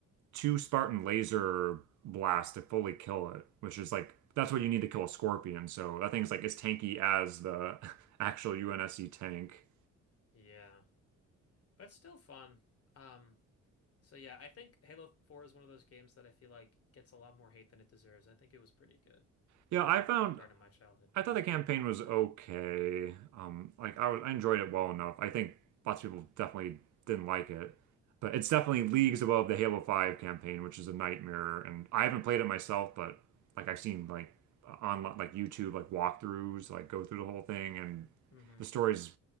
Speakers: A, on the right (about 70°); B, on the left (about 50°).
A: two Spartan laser blasts to fully kill it, which is like that's what you need to kill a Scorpion. So that thing's like as tanky as the <laughs> actual UNSC tank.
B: Yeah. But still fun. Um So yeah, I think Halo 4 is one of those games that I feel like gets a lot more hate than it deserves. I think it was pretty good.
A: Yeah,
B: That's
A: I
B: a
A: found
B: big part of my childhood
A: I
B: too.
A: thought the campaign was okay. Um, like I, I enjoyed it well enough. I think lots of people definitely didn't like it, but it's definitely leagues
B: Yeah.
A: above the Halo 5 campaign, which is a nightmare. And I haven't played it myself, but like I've seen like on like YouTube like walkthroughs, like go through the whole thing, and
B: hmm
A: the story's